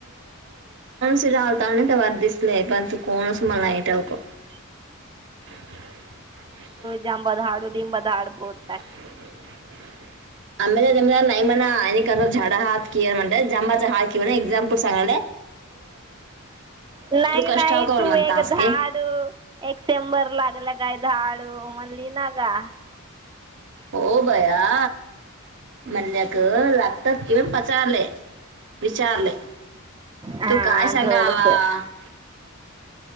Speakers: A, on the right; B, on the right.
A: <unintelligible> तानं तवा दिसलंय आहे पण तू कोणस <unintelligible>
B: जांबद हारू दिमबदारडबोत
A: <inaudible> आमला तमला नाहीई मना झाड हात कि म्हण ज हाति <unintelligible> एक्झामपल सांगाल
B: नाही
A: कष्टाव
B: नाही
A: कर
B: तू
A: म्हणतास
B: एक झाधाड
A: की
B: एक शंबर लागला काय झाधाड म्हणलीि ना <inaudible>
A: हो भया मल्लक लागतात घिन पचारले विचारले
B: हा
A: तू काय सांगावा
B: थोडस
A: <inaudible>